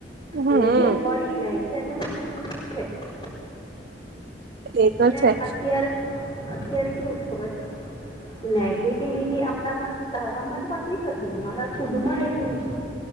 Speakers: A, on the right (about 55°); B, on the left (about 25°).
A: હમ
B: અને જે વળી જાય છે એને બધી એ જે છેજ.
A: એ તો
B: અને
A: છે
B: અત્યારે અત્યારે કેવું છે ખબર છે નેગેટિવિટી આપડામાંજ તારમાંજ વાત નહીં કરતી મારા ખુદમાં એટલી છે.